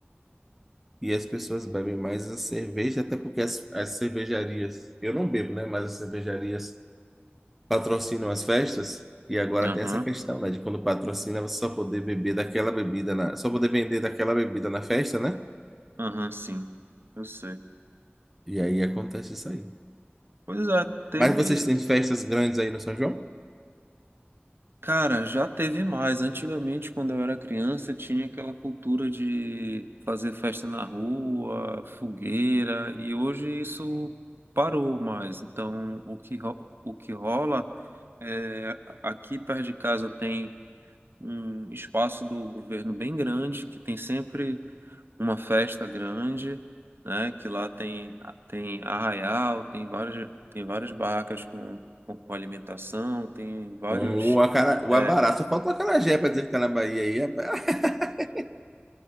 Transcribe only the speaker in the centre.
E as pessoas bebem mais a cerveja, até porque as, as cervejarias, eu não bebo, né? Mas as cervejarias patrocinam as festas. E agora
tem essa questão, né? De quando patrocina, você só poder beber daquela bebida na, só poder vender daquela bebida na festa, né?
E aí acontece isso aí.
Mas vocês têm festas grandes aí no São João?
Com o, acara... o
abará. Só falta o acarajé pra dizer que tá na Bahia aí. rapaz. <laughs>